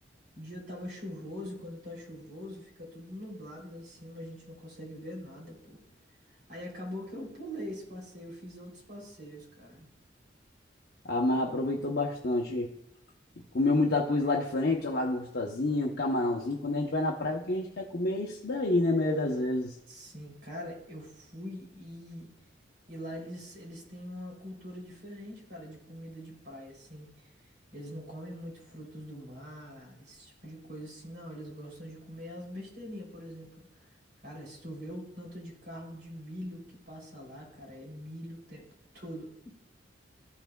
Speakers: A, on the right; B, on the left.
A: O dia tava chuvoso e quando tá chuvoso fica tudo nublado lá em cima, a gente não consegue ver nada, pô. Aí acabou que eu pulei esse passeio, eu fiz outros passeios, cara.
B: Ah, mas aproveitou bastante. E comeu muita coisa lá diferente, uma lagostazinha, um camarãozinho. Quando a gente vai na praia, o que a gente quer comer é isso daí, né, a maioria das vezes.
A: Sim, cara, eu fui e e lá eles eles têm uma cultura diferente, cara, de comida de praia assim. Eles não comem muito frutos do mar, esse tipo de coisa assim, não, eles gostam de comer as besteirinhas, por exemplo. Cara, se tu vê o tanto de carro de milho que passa lá, cara, é milho o tempo todo.